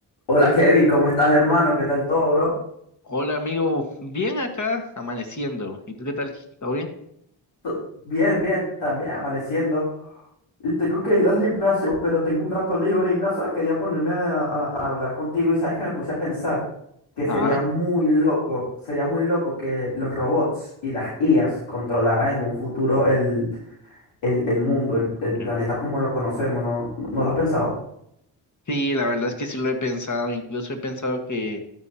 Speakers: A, on the left; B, on the left.
A: Hola Kevin, ¿cómo estás hermano? ¿Qué tal todo, bro?
B: Hola amigo, bien acá, amaneciendo. ¿Y tú qué tal? ¿Todo bien?
A: To- Bien, bien, también amaneciendo. Y tengo que ir al gimnasio, pero tengo un rato libre y no sé, quería ponerme a, a- a hablar contigo y sabes que me puse a pensar que sería
B: Ajá.
A: muy loco, sería muy loco que los robots y las IAs controlaran en un futuro el, el- el mundo, el, el
B: qué
A: planeta
B: bueno.
A: como lo conocemos, ¿no, no no lo has pensado?
B: Sí, la verdad es que sí lo he pensado, incluso he pensado que,